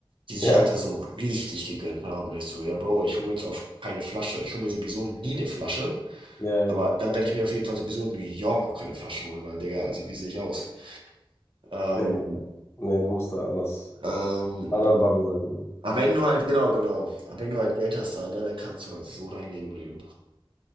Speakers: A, on the right; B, on the left.
A: die sich
B: ja,
A: halt da so richtig gegönnt haben. Und ich so, ja Bro, ich hole mir jetzt auf keine Flasche. Ich hole mir sowieso nie eine Flasche.
B: ja, ja.
A: Aber dann werde ich mir auf jeden Fall sowieso in New York auch keine Flasche holen, weil Digga, also wie sehe ich aus? Ähm,
B: ja. Nee, du musst da anders,
A: ähm,
B: anderen Bubble sein, glaube ich.
A: aber wenn du halt, genau, genau, aber wenn du halt Geld hast da, ne, dann kannst du halt so dein Leben leben.